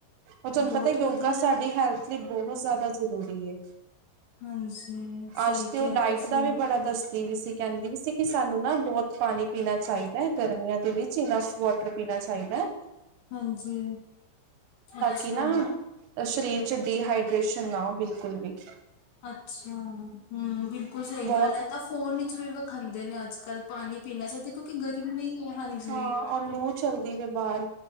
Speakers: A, on the right; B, on the left.
A: ਉਹ ਤੁਹਾਨੂੰ
B: ਤਾਂ ਬਹੁਤ
A: ਪਤਾ ਯੋਗਾ
B: ਵਧੀਆ
A: ਸਾਡੀ ਹੈਲਥ ਇਸ ਲਈ ਬਹੁਤ ਜ਼ਿਆਦਾ ਜ਼ਰੂਰੀ ਹੈ।
B: ਹਾਂਜੀ ਸਹੀ
A: ਅੱਜ ਤੇ
B: ਕਿਹਾ
A: ਉਹ ਡਾਇਟ
B: ਤੁਸੀਂ
A: ਦਾ ਵੀ ਬੜਾ ਦਸਤੀ ਵੀ ਸੀ ਕਹਿੰਦੀ ਸੀ ਕਿ ਸਾਨੂੰ ਨਾ ਬਹੁਤ ਪਾਣੀ ਪੀਣਾ ਚਾਹੀਦਾ ਹੈ, ਗਰਮੀਆਂ ਦੇ ਵਿੱਚ, ਈਨਫ ਵਾਟਰ ਪੀਣਾ ਚਾਹਿਦਾ
B: ਹਾਂਜੀ, ਅੱਛਾ
A: ਕਿ ਨਾ ਤਾਂ ਸਰੀਰ ਚ ਡੀਹਾਈਡਰੇੇਸ਼ਨ ਨਾ, ਬਿਲਕੁਲ ਵੀ
B: ਅੱਛਾ, ਹੂ ਬਿਲਕੁਲ ਸਹੀ
A: ਬਹੁਤ
B: ਗੱਲ ਹੈ, ਤਾਂ ਫੋਨ ਵਿੱਚ ਵੀਖਾਂਦੇ ਨੇ ਅੱਜ ਕੱਲ ਪਾਣੀ ਇਹ ਸੋਚਿਆ, ਕਿਉਂਕਿ ਗਰਮੀ ਹੈ। ਹਾਂਜੀ
A: ਹਾਂ ਉਹ ਲੂ ਚੱਲਦੀ ਵੇ ਬਾਹਰ,